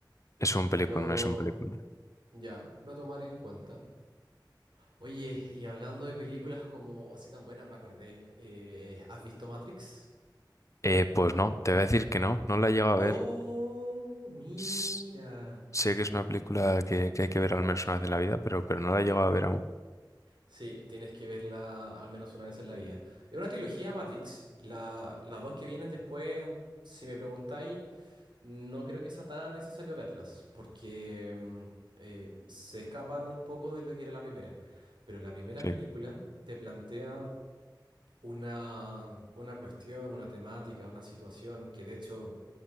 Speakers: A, on the left (about 40°); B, on the right (about 75°).
A: es un película,
B: pero
A: no es un película.
B: ya, lo tomaré en cuenta. Oye, y hablando de películas como así tan buenas, me acordé, eh, ¿has visto Matrix?
A: Eh, pues no, te voy a decir que no, no la he llegado a
B: Oh,
A: ver.
B: mira.
A: S- Sé que es una película que, que hay que ver al menos una vez en la vida, pero, pero no la he llegado a ver aún.
B: Sí, tienes que verla al menos una vez en la vida. Es una trilogía Matrix. La- las dos que vienen después, si me preguntáis, no creo que sea tan necesario verlas, porque mm, eh, se escapan un poco de lo que era la primera. Pero la primera
A: Sí,
B: película te plantea una, una cuestión, una temática, una situación que de hecho